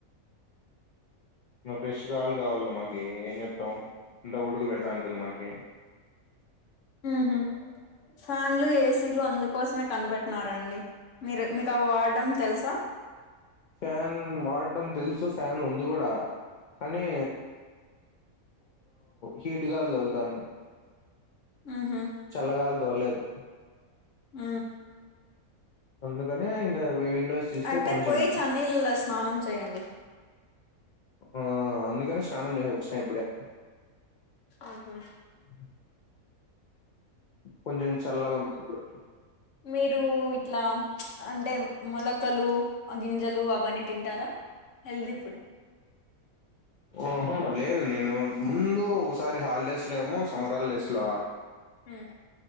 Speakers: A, on the left (about 80°); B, on the left (about 65°).
A: నువ్ ఫ్రెష్ కాలు కావాలలో మాకి ఏం చెప్తాం ఇంత ఉడుకు పెడతా ఉంటది మాకి
B: ఉ హు ఫ్యాన్లు ఏసీలు అందుకోసమే కనిపెట్టినారండి మీరు మీకు అవి వాడడం తెలుసా
A: ఫ్యాన్ వాడటం తెలుసు ఫ్యాన్ ఉంది కూడా కానీ హిటు గాలి తగులుతది
B: ఆహా
A: చల్లగాలి దొరలేదు
B: ఉ
A: అందుకనే ఇగ విండోస్ తీస్తే
B: అయితే
A: కొంచెం
B: పోయి చన్నీల స్నానం చేయండి
A: ఆ అందుకని స్నానం చేసి వచ్చిన ఇప్పుడే
B: ఆహా
A: ఉ కొంచెం చల్లగా ఉంది ఇప్పుడు
B: మీరు ఇట్లా అంటే మొలకలు గింజలు అవన్నీ తింటారా హెల్ది ఫుడ్
A: ఓహా లేదు నేను ముందు ఒకసారి హాలిడేస్ లో ఏమో సమ్మర్ హాలిడేస్ ల
B: ఉమ్